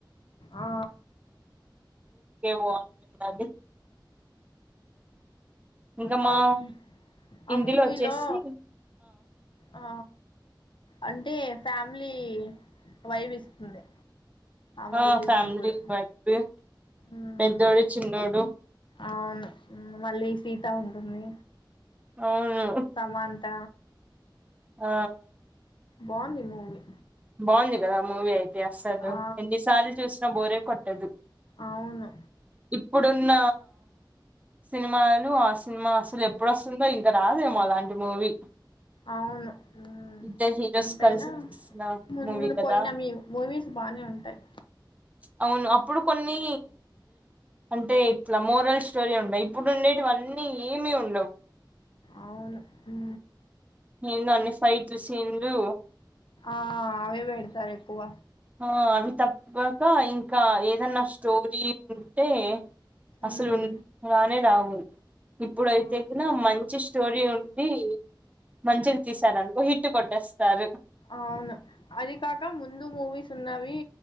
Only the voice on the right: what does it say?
బాగుంటది ఇంకా మా
ఇంటిలో
వచ్చేసి
ఆ
ఫ్యామిలీ వైబ్ ఊ
పెద్దోడు చిన్నోడు
అవును
ఆ
బాగుంది కదా మూవీ అయితే అస్సలు
ఎన్నిసార్లు చూసినా బోరే కొట్టదు
ఇప్పుడున్న సినిమాలు ఆ సినిమా అసలు ఎప్పుడస్తుందో ఇంకా రాదేమో అలాంటి మూవీ
ఇద్దరు హీరోస్
కలిసి తీసిన
మూవీ కదా
అవును అప్పుడు కొన్ని అంటే ఇట్లా మోరల్ స్టోరీ ఉండే ఇప్పుడు ఉండేటివన్నీ ఏమి ఉం
ఏందో అన్ని ఫైట్ లు సీన్ లు
ఆ అవి తప్పక ఇం ఇంకా ఏదన్నా స్టోరీ ఉంటే అసలు
ఉం గానే రావు ఇప్పుడయితే
ఇక్కడ మంచి స్టోరీ ఉండి మంచిగా తీసారనుకో హిట్ కొట్టేస్తారు